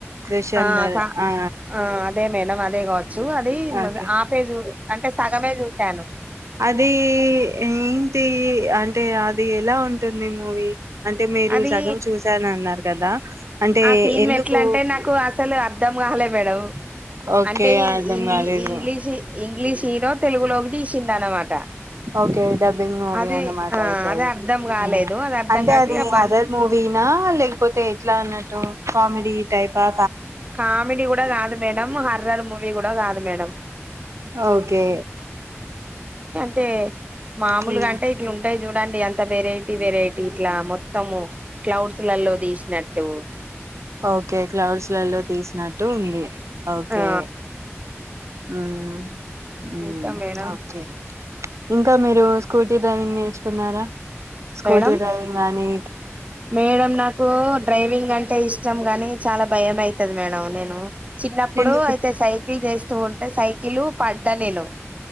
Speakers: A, on the right (about 85°); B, on the right (about 30°).
A: దుశందర్
B: ఆ కా
A: ఆ
B: ఆ అదే మేడం అదే క చ్చు అది
A: ఓకే
B: ఆ పేజు అంటే సగమే చూశాను
A: అది ఏంటి అంటే అది ఎలా ఉంటుంది మూవీ అంటే మీరు
B: అది
A: సగం చూశానన్నారు కదా అంటే
B: ఆ సీన్
A: ఎందుకు
B: మెట్ల అంటే నాకు అసలు అర్ధం కాలాలే మేడం
A: ఓకే
B: అంటే
A: అర్ధం
B: ఇంగ్లీ
A: కాలేదు
B: ఇంగ్లీష్ ఇంగ్లీష్ హీరో తెలుగులోకి తీస్ చింద అనమాట
A: ఓకే డబ్బింగ్ మూవీ
B: అది
A: అన్నమాట
B: ఆ
A: అయితే అది
B: అర్ధం కాలేదు
A: మ్మ్
B: అది అర్ధం
A: అంటే
B: కాక
A: అది అదర్ మూవీనా లేకపోతే ఎట్లా అన్నట్టు కామెడి టైప్ ఆ
B: కామెడీ కూడా కాదు మేడం హర్రర్ మూవి కూడా కాదు మే డం
A: ఓకే
B: కే మామూలగంటే
A: హ్మ్.
B: ఇట్ల ఉన్ ఉంటాయి చూడండి అంత వేరేవి వెరైటీ ఇట్లా మొత్తము క్లౌడ్స్ <unintelligible> లో తీసినట్టు
A: ఓకే క్లౌడ్స్ లలో తీసినట్టు ఉంది ఓకే
B: ఆ
A: హ్మ్మ్ మ్మ్
B: ఇంకా మేడం
A: ఓకే ఇంకా మీరు స్కూటీ డ్రైవింగ్ నేర్చుకున్నారా స్కూటీ
B: మేడం
A: డ్రైవింగ్ గాని
B: మేడం నాకు డ్రైవింగ్ అంటే ఇష్టం గాని చాలా భయం మైతది మేడం నేను చిన్నప్పుడు
A: ఎందుకు
B: అయితే సైకిల్ చేస్త వస్తూ ఉంటే సైకిల్ పడ్డా నేను